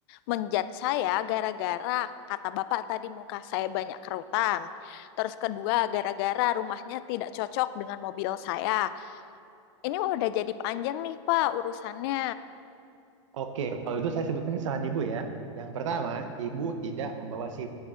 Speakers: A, on the left; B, on the right.
A: menjat saya gara-gara kata Bapak tadi muka saya banyak kerutan. Terus kedua, gara-gara rumahnya tidak cocok dengan mobil saya. Ini udah jadi panjang nih Pak urusannya.
B: Oke, kalau itu saya sebutkan kesalahan ibu ya. Yang pertama, ibu tidak membawa SIM.